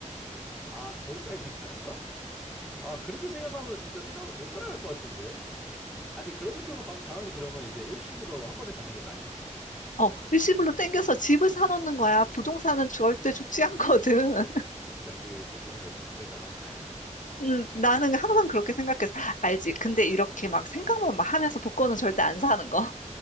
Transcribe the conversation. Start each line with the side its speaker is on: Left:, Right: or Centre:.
Centre: 아, 거기까지 생각하는 거야? 아, 그렇게 생각하면 진짜 세상 못 살아갈 것 같은데? 아니, 그런 느낌으로 가면 당연히 그러면 이제 일시불로 한 번에 받는 게 짱이지.
Left: 어, 일시불로 땡겨서 집을 사놓는 거야. 부동산은 절대 죽지 않거든. <laughs>
Centre: 진짜 그게 진짜 우리나라의 문제다. <laughs>
Left: 음, 나는 항상 그렇게 생각했어. 알지? 근데 이렇게 막 생각만 막 하면서 복권은 절대 안 사는 거.